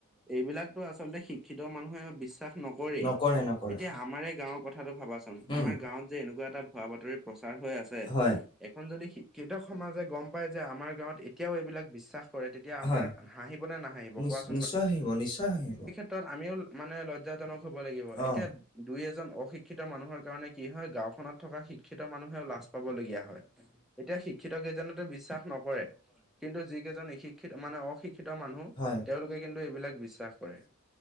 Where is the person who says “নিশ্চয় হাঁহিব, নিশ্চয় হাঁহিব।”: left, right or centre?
Left